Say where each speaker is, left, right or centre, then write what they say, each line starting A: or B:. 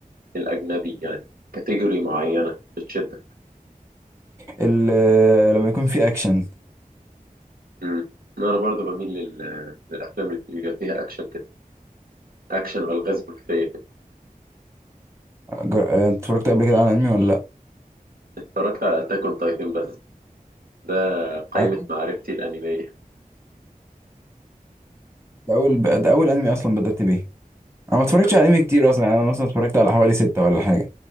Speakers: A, on the right (about 75°); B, on the right (about 20°).
A: الاجنبي يعني كاتيجوري معينة بتشدك
B: ال- لما يكون في اكشن
A: مم. انا برضو بميل لل... للافلام اللي بيبقى فيها اكشن كده اكشن والغاز بوليسيه كده
B: جر- انت اتفرجت قبل كده على انمي ولا لا
A: اتفرجت على اتاك اون تايتن بس ده قائمه
B: عجبك
A: معرفتي الانميه
B: ده اول ده اول انمي اصلا بدأت بيه انا ما اتفرجتش
A: <laughs> نفس-
B: على انمي كتير اصلا يعني انا مثلا اتفرجت على حوالي ستة ولا حاجة